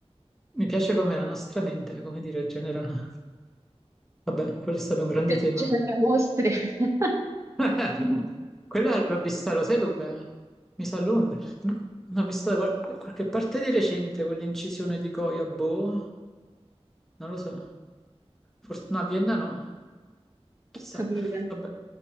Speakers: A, in the centre; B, on the right.
A: mi piace come la nostra mente, come dire, generale. Vabbè, quello è stato un grande
B: ge-
A: tema.
B: genera mostre, <laughs>
A: <laughs> Quella l'ho vista, lo sai dove? Mi sa a Londra. No, L'ho vista da qual- qualche parte di recente, quell'incisione di Goya, boh, non lo so. Forse, no, a Vienna no, chissà.
B: ho capito.
A: Vabbè.